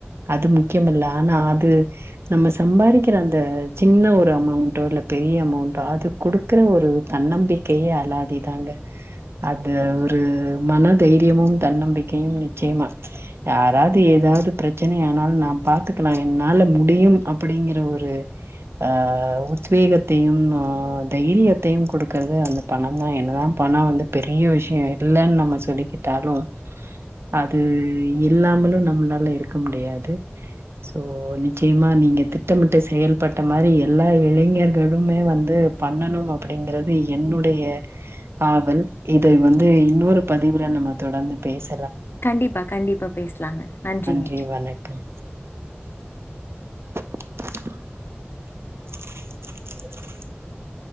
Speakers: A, on the right; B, on the left.
A: அது முக்கியமல்ல ஆனா அது நம்ம சம்பாதிக்கிற அந்த சின்ன ஒரு அமௌண்ட்டோ இல்ல பெரிய அமௌண்ட்டோ அது குடுக்குற ஒரு தன்னம்பிக்கையே அலாதிதாங்க அது ஒரு மனதைரியமும் தன்னம்பிக்கையும் நிச்சயமா யாராவது ஏதாவது <unintelligible> பிரச்சின ஆனால் நா பாத்துக்கலா என் னால முடியும் அப்படிங்கிற ஒரு ட்ரை ஆஹ் உத்வேகத்தையும் ம் தைரியத்தையும் கொடுக்கறது அந்த பணம் தான் என்னதான் பணம் வந்து பெரிய விஷயம் இல்லைன்னு நம்ம சொல்லிக்கிட்டாலும் அது இல்லாமலும் நம்மளால இருக் முடியாது சோ நிச்சயமா நீங்க திட்டமிட்டு செயல்பட்ட மாதிரி எல்லா இளைஞர்களுமே வந்து பண்ணணும் அப்படிங்கறிறது என்னுடைய ஆவல் இதை வந்து இன்னொரு பதிவுல நம்ம தொடர்ந்து பேச
B: கண்டிப்பா கண்டிப்பா பேசலாங்க நன்றிங்க
A: ஜ வணக்கம் <inaudible> <inaudible>